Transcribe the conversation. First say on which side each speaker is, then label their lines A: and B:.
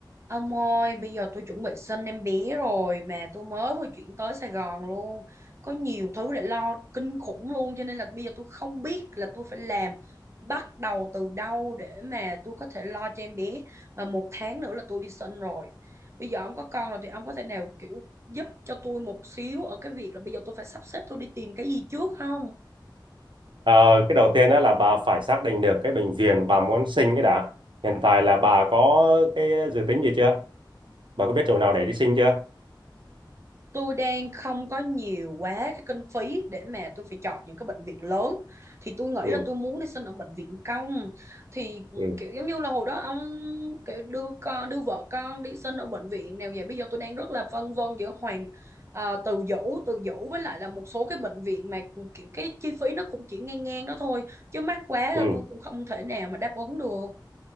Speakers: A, on the right (about 35°); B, on the right (about 85°).
A: Ông ơi, bây giờ tôi chuẩn bị sinh em bé rồi mà tôi mới vừa chuyển tới Sài Gòn luôn. Có nhiều thứ để lo kinh khủng luôn cho nên là bây giờ tôi không biết là tôi phải làm bắt đầu từ đâu để mà tôi có thể lo cho em bé. Mà một tháng nữa là tôi đi sinh rồi. Bây giờ ông có con rồi thì ông có thể nào kiểu giúp cho tôi một xíu ở cái việc là bây giờ tôi phải sắp xếp tôi đi tìm cái gì trước không?
B: Ờ, cái đầu tiên đó là bà phải xác định được cái bệnh viện bà muốn sinh cái đã. Hiện tại là bà có cái dự tính gì chưa? Bà có biết chỗ nào để đi sinh chưa?
A: tôi đang không có nhiều quá cái kinh phí để mà tôi phải chọn những cái bệnh viện lớn thì tôi nghĩ
B: Ừ,
A: là tôi muốn đi sinh ở bệnh viện công thì ừ,
B: ừ,
A: kiểu giống như là hồi đó ông kiểu đưa con đưa vợ con đi sinh ở bệnh viện nào vậy bây giờ tôi đang rất là phân vân giữa Hoàng à, Từ Dũ Từ Dũ với lại là một số cái bệnh viện mà ừ, kiểu cái chi phí nó cũng chỉ ngang ngang đó thôi chứ mắc quá là
B: ừ,
A: tôi cũng không thể nào mà đáp ứng được